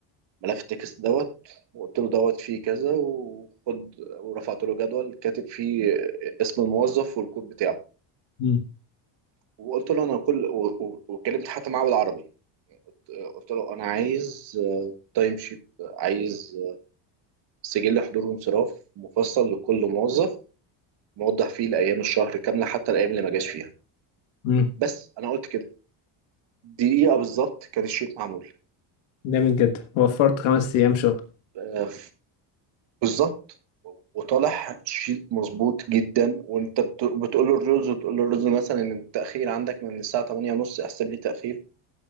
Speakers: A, on the right (about 60°); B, on the left (about 70°).
A: ملف التكست دوت وقلت له دوت فيه كذا وخد ورفعت له جدول كاتب فيه اسم الموظف والكود بتاعه
B: مم.
A: وقلت له انا كل و- و- وكلمت حتى معاه بالعربي آه، قلت له انا عايز تايم شيت عايز سجل حضور وانصراف مفصل لكل موظف موضح فيه الايام الشهر كامله حتى الايام اللي ما جاش فيها
B: مم.
A: بس انا قلت كده دقيقه بالظبط كان الشيت معمول
B: جامد جدا وفرت خمس ايام شغل
A: آه، بالظبط وطالع شيت مظبوط جدا وانت بت- بتقول له الرز وتقول له الرز مثلا ان التاخير عندك من الساعه 8 ونص احسب لي تاخير